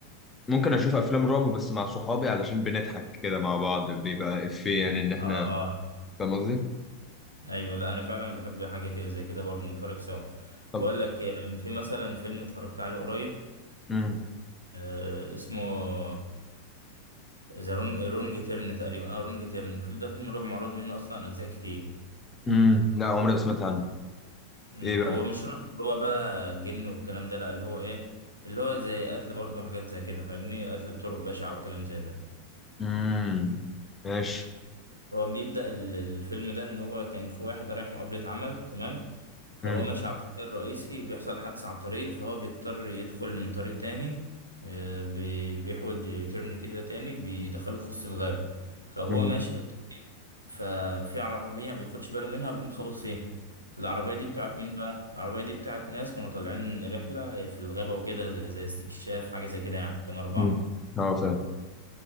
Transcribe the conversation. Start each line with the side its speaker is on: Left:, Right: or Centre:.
Left: ممكن اشوف افلام رعب بس مع صحابي علشان بنضحك كده مع بعض بيبقى افيه يعني ان احنا
Right: اه اه
Left: فاهم قصدي؟
Right: ايوه لا انا فعلا بحب حاجه كده زي كده برضه نتفرج سوا
Left: طب
Right: بقول لك في مثلا فيلم اتفرجت عليه قريب
Left: امم
Right: آه، اسمه ذا رونج رونج تيرن تقريبا اه رونج تيرن الفيلم ده فيلم رعب معروض منه اصلا اجزاء كتير
Left: امم لا عمري ما سمعت عنه
Right: مم،
Left: ايه
Right: هو
Left: بقى؟
Right: مش رعب اللي هو بقى جن والكلام ده لا اللي هو ايه اللي هو زي قتل برضه وحاجات زي كده فاهمني قتل بطرق بشعة وكلام زي ده
Left: امم ماشي
Right: هو بيبدأ ال- الفيلم ده إن هو كان في واحد رايح مقابلة عمل تمام فهو
Left: امم
Right: ماشي على الطريق الرئيسي بيحصل حادثة على الطريق فهو بيضطر يدخل من طريق تاني آه، بي- بيحود يترن كده تاني بيدخله في وسط الغابة فهو
Left: امم
Right: ماشي في الطريق ففي عربية بياخدش باله منها بيقوم خابط فيها العربية دي بتاعت مين بقى؟ العربية دي بتاعت ناس كانوا طالعين رحلة في الغابة وكده زي زي استكشاف حاجة زي كده يعني كانوا أربعة
Left: أمم. اه فاهم